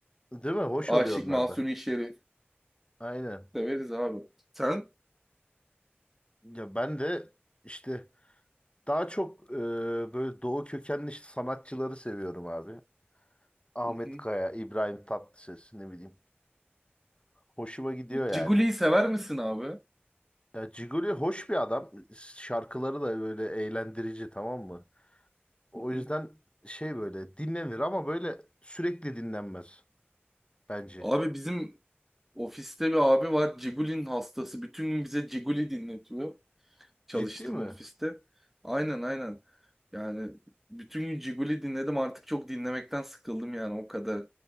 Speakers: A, on the left; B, in the centre.
A: Değil mi? Hoş
B: Aşık
A: oluyor onlar
B: Mahzuni
A: da.
B: Şerif
A: Aynen.
B: severiz abi. Sen?
A: Ya ben de işte daha çok e, böyle doğu kökenli işte sanatçıları seviyorum abi. Ahmet
B: Hı hı.
A: Kaya, İbrahim Tatlıses ne bileyim. Hoşuma gidiyor yani.
B: Ciguli'yi sever misin abi?
A: Ya Ciguli hoş bir adam. Şarkıları da böyle eğlendirici tamam mı? O
B: Hı hı.
A: yüzden şey böyle dinlenir ama böyle sürekli dinlenmez bence.
B: Abi bizim Ofiste bir abi var. Cigulin hastası. Bütün gün bize Ciguli dinletiyor. Çalıştığım
A: Ciddi mi?
B: ofiste. Aynen aynen. Yani bütün gün Ciguli dinledim. Artık çok dinlemekten sıkıldım yani. O kadar